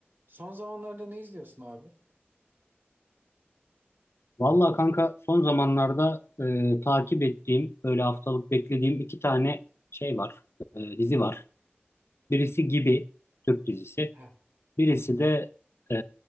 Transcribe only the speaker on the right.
Son zamanlarda ne izliyorsun abi?
Hı
Heh.